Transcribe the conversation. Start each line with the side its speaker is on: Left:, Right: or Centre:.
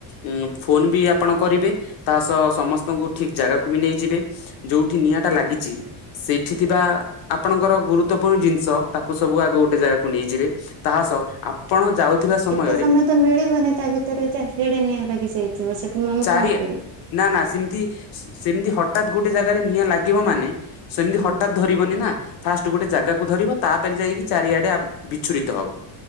Left: ଉଁ ଫୋନ ବି ଆପଣ କରିବେ ତା ସହ ସମସ୍ତଙ୍କୁ ଠିକ ଜାଗାକୁ ବି ନେଇଯିବେ। ଯୋଉଠି ନିଆଁ ଟା ଲାଗିଚି ସେଇଠି
Right: ଠିକ
Left: ଥିବା
Right: ଅଛି।
Left: ଆପଣଙ୍କର ଗୁରୁତ୍ୱପୂର୍ଣ୍ଣ ଜିନିଷ ତାକୁ ସବୁ ଆଗ ଗୋଟେ ଜାଗାକୁ ନେଇଯିବେ ତାହା ସହ ଆପଣ ଯାଉଥିବା ସମୟରେ
Right: ଏତେ ସମୟ ତ ମିଳିବନି ତା ଭିତରେ ଚାରିଆଡେ ନିଆଁ ଲାଗିଯାଇଥିବ ସେଠି ଆମେ
Left: ଚାରି
Right: କଣ କରିବୁ?
Left: ନା ନା ସେମିତି ସେମିତି ହଟାତ୍ ଗୋଟେ ଜାଗାରେ ନିଆଁ ଲାଗିବ ମାନେ ସେମିତି
Right: ହୁଁ
Left: ହଟାତ୍ ଧରି ଗିବନି ନା ଫାଷ୍ଟ ଗୋଟେ ଜାଗାକୁ ଧରିବ ତାପରେ ଯାଇକି ଚାରିଆଡେ ବିଚ୍ଛୁରିତ ହବ।